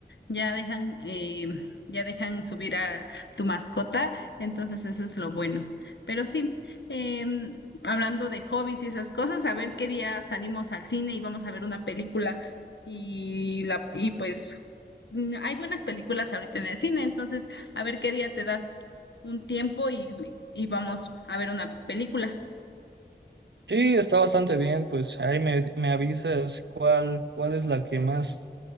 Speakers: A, on the left; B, on the right.
A: Ya dejan, eh, ya dejan subir a tu mascota, entonces eso es lo bueno. Pero sí, em, hablando de hobbies y esas cosas, a ver qué día salimos al cine y vamos a ver una película y la, y pues mm, hay buenas películas ahorita en el cine, entonces a ver qué día te das un tiempo y, y vamos a ver una película.
B: Sí, está bastante bien, pues ahí me, me avisas cuál, cuál es la que más